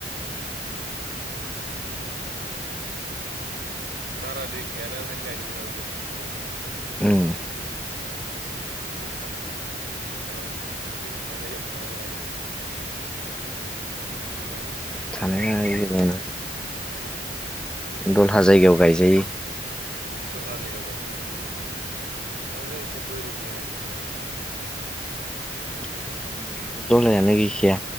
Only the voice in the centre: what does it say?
उम
थानाया
दलहा जायगायाव गायजायो
<inaudible>
गैखाया